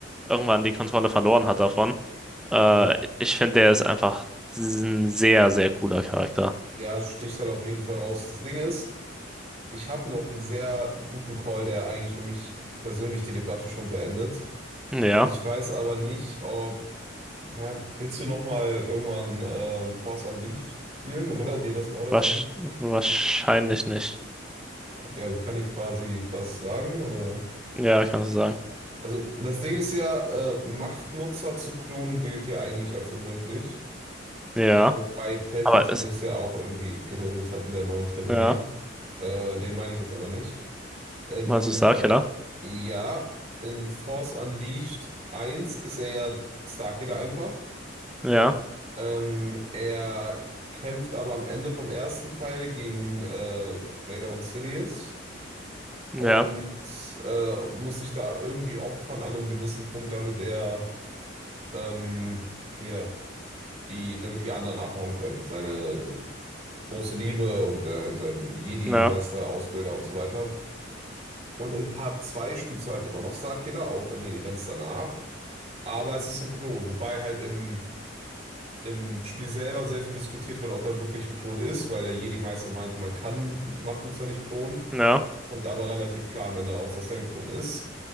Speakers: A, in the centre; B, on the right (about 35°).
A: irgendwann die Kontrolle verloren hat davon. Äh,
B: hm.
A: ich finde, der ist einfach ein sehr, sehr cooler Charakter.
B: Ja, sticht halt auf jeden Fall raus. Das Ding ist, ich habe noch einen sehr guten Call, der eigentlich für mich persönlich die Debatte schon beendet.
A: Ja,
B: Ich weiß aber nicht, ob. Ja, willst du noch mal irgendwann äh, The Force Unleashed spielen oder <laughs> dir das Lore dazu
A: wasch-
B: angucken?
A: wahrscheinlich nicht.
B: Okay, also kann ich quasi was sagen oder?
A: Ja, kannst du sagen.
B: Also das Ding ist ja, äh, Machtnutzer zu klonen gilt ja eigentlich als unmöglich.
A: Ja,
B: Wobei Palpatine
A: aber es,
B: das ja auch irgendwie gedribbelt hat in der neuen Trilogie.
A: ja,
B: Äh, den meine ich jetzt aber nicht. In,
A: meinst du Starkiller?
B: äh, ja, in Force Unleashed eins ist er ja Starkiller einfach.
A: Ja,
B: Ähm, er kämpft aber am Ende vom ersten Teil gegen äh, Vader und Sidious
A: ja,
B: und äh, muss sich da irgendwie opfern an einem gewissen Punkt, damit er ähm, hier. die, damit die anderen abhauen können. Seine große Liebe und äh, seinen Jedi-Meister,
A: ja,
B: Ausbilder und so weiter. Und in Part 2 spielst du halt immer noch Starkiller, auch in den Events danach. Aber es ist ein Klon, wobei halt im, im Spiel selber sehr viel diskutiert wird, ob er wirklich ein Klon ist, weil der Jedi-Meister meinte, man kann Machtnutzer nicht klonen,
A: ja,
B: kommt aber relativ klar am Ende raus, dass er ein Klon ist.